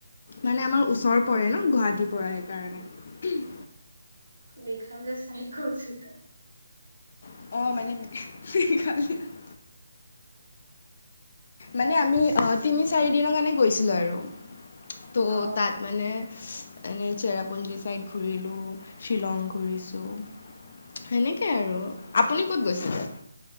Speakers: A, on the left (about 50°); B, on the right (about 75°).
A: মানে আমাৰ ওচৰ পৰে ন গুৱাহাটীৰ পৰা সেইকাৰণে।
B: দেখালেবে চাই কৰিছেটো।
A: <inaudible> মানে আমি অঁ তিনি চাৰি দিনৰ কাৰণে গৈছিলোঁ আৰু। ত,
B: অ
A: তাত মানে এনেই চেৰাপুঞ্জী চাইদ ঘূৰিলোঁ শ্বিলং ঘূৰিছোঁ। সেনেকে আৰু আপুনি ক'ত গৈছে?